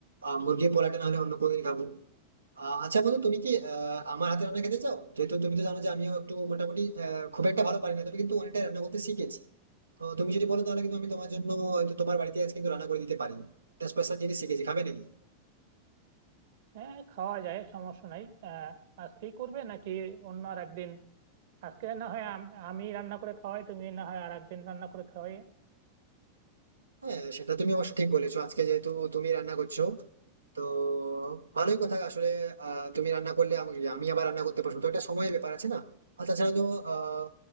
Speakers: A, on the right; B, on the right.
A: আহ মুরগির পোলাটা না হলে অন্য কোনো দিন খাবো আহ, আচ্ছা বন্ধু তুমি কি আহ, আমার হাতে রান্না খেতে চাও যেহেতু তুমি তো জানো যে আমিও একটু মোটামুটি আহ, খুব একটা ভালো পারি না তবে কিন্তু অনেকটা রান্না করতে শিখেছি তো তুমি যদি বলো তাহলে কিন্তু আমি তোমার জন্য হয়তো তোমার বাড়িতে আজ কিন্তু রান্না করে দিতে পারি একটা স্পেশাল জিনিস শিখেছি খাবে নাকি
B: হ্যাঁ খাওয়া যায় সমস্যা নাই আহ, আজকেই করবে নাকি অন্য আর একদিন আজকে না হয় আম- আমি রান্না করে খাওয়াই তুমি না হয় আর একদিন রান্না করে খাওয়াই
A: হ্যাঁ সেটা তুমি অবশ্য ঠিক বলেছো আজকে যেহেতু তুমি রান্না করছো তো ভালোই কথা আসলে আহ, তুমি রান্না করলে আমি আমি আবার রান্না করতে পারবো তো এটা সময়ের ব্যাপার আছে না আর তাছাড়া তো আহ